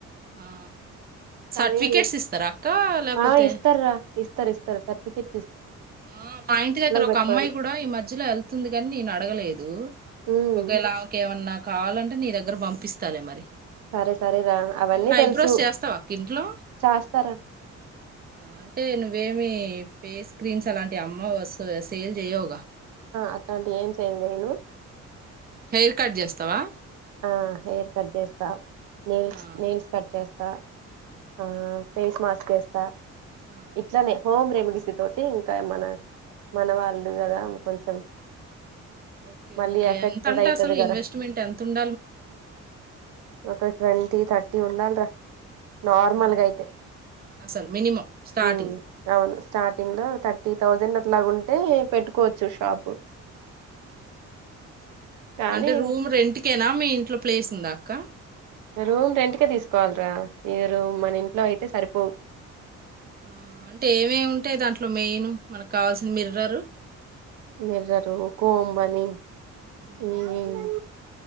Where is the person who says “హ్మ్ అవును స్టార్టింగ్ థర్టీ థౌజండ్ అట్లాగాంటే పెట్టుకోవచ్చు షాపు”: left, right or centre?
Right